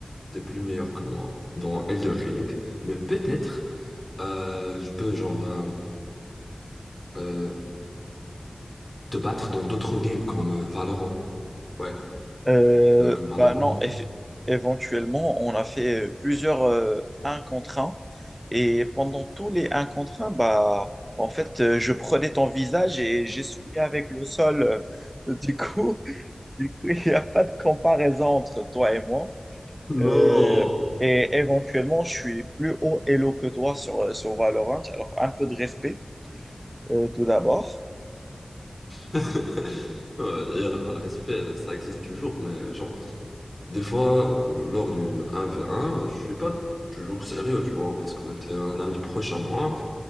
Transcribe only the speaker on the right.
Euh,
bah non, eff- éventuellement, on a fait euh, plusieurs euh, un contre un Et pendant tous les un contre un bah, en fait, euh, je prenais ton visage et j'essuyais avec le sol. Euh, Du coup, Du coup, <laughs> il n'y a pas de comparaison entre toi et moi.
Euh, et éventuellement, je suis plus haut elo que toi sur, sur Valorant. Alors, un peu de respect, euh, tout d'abord.